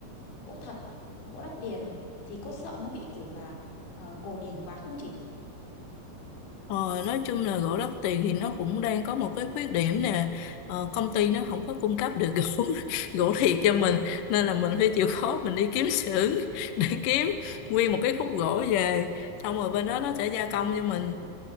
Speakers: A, on the left; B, on the left.
A: gỗ thật gỗ đắt tiền thì có sợ nó bị kiểu là ờ, cổ điển quá không chị
B: Ờ, nói chung là gỗ lót tiền thì nó cũng đang có một cái khuyết điểm nè ờ, công ty nó không có cung cấp được gỗ <laughs> gỗ thiệt cho mình nên là mình phải chịu khó mình đi kiếm xưởng <laughs> để kiếm nguyên một cái khúc gỗ về xong rồi bên đó nó sẽ gia công cho mình